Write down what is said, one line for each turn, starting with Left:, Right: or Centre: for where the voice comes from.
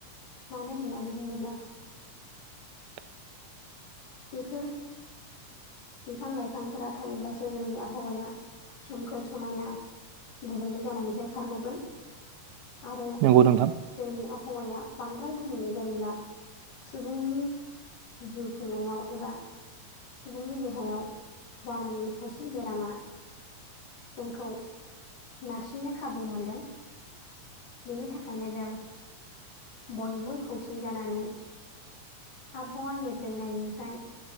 Left: मानो होननानै बुङोब्ला
Right: <inaudible>
Left: बेफोर बिफां लाइफांफोरा थायोब्लासो जोंनि आबहावाया सोमखोर समायना गुबुंले जानायनिफ्राय खारग'गोन आरो
Right: नंगौ नोंथां
Left: जोंनि हावाया बांद्राय गुबुंले जायोब्ला सुबुंनि जिउ खुंनायाव एबा सुबुंनि देहायाव जानाङि खायसे बेरामा जोंखौ नारसिननो खाबु मोनगोन बेनि थाखायनो जों बयबो खौसे जानानै आबहावा गेब्रेंनायनिफ्राय